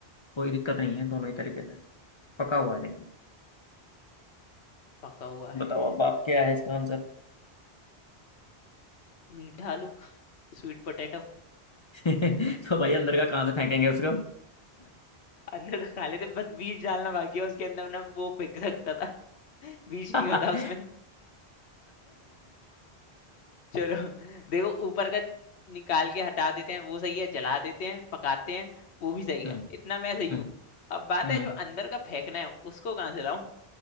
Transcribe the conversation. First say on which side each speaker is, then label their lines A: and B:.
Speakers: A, on the left; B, on the left.
A: कोई दिक्कत नहीं है दोनों ही तरीके से पका हुआ है लेकिन
B: पका हुआ
A: बताओ
B: है
A: अब आप क्या है इसका आंसर
B: मीठा आलू स्वीट पोटैटो
A: <laughs> तो भाई अंदर का कहाँ से फेंकेंगे उसको
B: अंदर का खा लेते बस बीज डालना बाकी है उसके अंदर ना वो फेंक सकता था <laughs> बीज
A: <laughs>
B: नहीं होता उसमें
A: हम्म
B: चलो देखो ऊपर का निकाल के हटा देते हैं वो सही है जला देते हैं पकाते हैं वो भी सही
A: हम्म
B: है इतना मैं सही
A: हम्म
B: हूँ अब बात
A: हम्म
B: है जो अंदर का फेंकना है उसको कहाँ से लाऊं